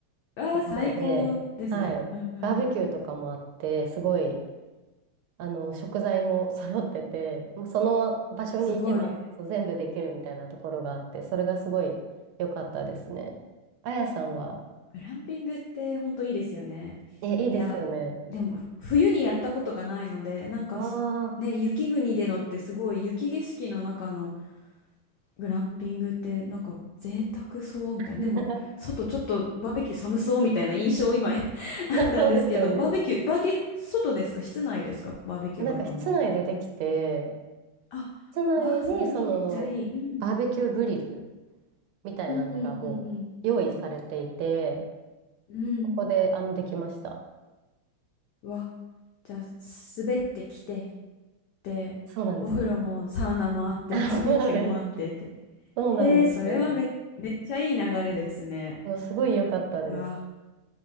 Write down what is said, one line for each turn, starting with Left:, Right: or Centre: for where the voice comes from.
Left: ああ、
Right: ところで、
Left: 最高ですね。
Right: はい。
Left: うんうん。
Right: バーベキューとかもあって、すごいあの、食材も揃ってて、もうその場所に行けばそう全部できるみたいなところがあって、
Left: すごい。
Right: それがすごい良かったですね。あやさんは、
Left: グランピングって本当いいですよね。
Right: え、いいですよね。
Left: いや、でもふ冬にやったことがないので、なんかすね、
Right: ああ、
Left: 雪国でのってすごい雪景色の中のグランピングってなんか贅沢そうみたいな。
Right: <laughs>
Left: でも、外ちょっとバーベキュー寒そうみたいな印象今 <laughs> あったんですけど、
Right: そうですよね。
Left: バーベキュー、バーゲ、外ですか室内ですかバーベキューがあったのは。
Right: なんか室内でできて、
Left: あ、
Right: 室内にそのバーベキューグリル
Left: わあ、それはめっちゃいい。うん。
Right: みたいなのがもう用意されていて、
Left: うんうんうんうん。うん。
Right: ここであのできました。
Left: わ。じゃあ、滑ってきて、で、
Right: そうなんです。
Left: お風呂もサウナもあって、
Right: あ、
Left: <laughs> バーベキューもあってって。
Right: そうです。そうなんですよ。
Left: えー、それはめ、めっちゃいい流れですね。
Right: そうすごい良かったです。
Left: うわ。